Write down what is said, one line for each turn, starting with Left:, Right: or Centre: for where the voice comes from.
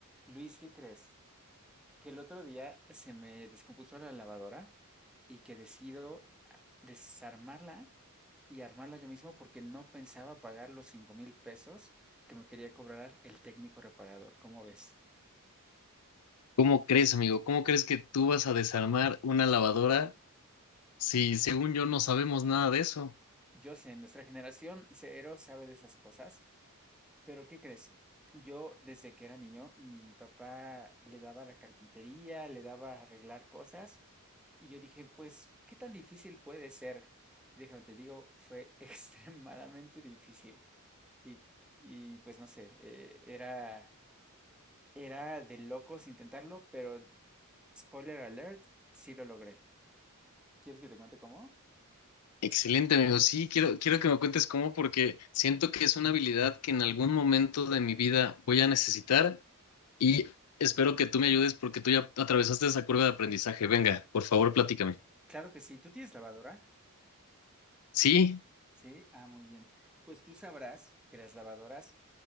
Centre: Luis, ¿qué crees? Que el otro día se me descompuso la lavadora y que decido desarmarla y armarla yo mismo porque no pensaba pagar los cinco mil pesos que me quería cobrar el técnico reparador. ¿Cómo ves?
Left: ¿Cómo crees, amigo? ¿Cómo crees que tú vas a desarmar una lavadora si, según yo, no sabemos nada de eso?
Centre: Yo sé, nuestra generación cero sabe de esas cosas, Pero ¿qué crees? Yo desde que era niño, mi papá le daba a la carpintería, le daba a arreglar cosas y yo dije, pues, ¿qué tan difícil puede ser? Y déjame te digo, fue <laughs> extremadamente difícil y, y, pues no sé, eh, era, era de locos intentarlo, pero spoiler alert, sí lo logré. ¿Quieres que te cuente cómo?
Left: Excelente, amigo. Sí, quiero, quiero que me cuentes cómo, porque siento que es una habilidad que en algún momento de mi vida voy a necesitar y espero que tú me ayudes porque tú ya atravesaste esa curva de aprendizaje. Venga, por favor, platícame.
Centre: Claro que sí, ¿tú tienes lavadora?
Left: Sí,
Centre: Sí, ah, muy bien. Pues tú sabrás que las lavadoras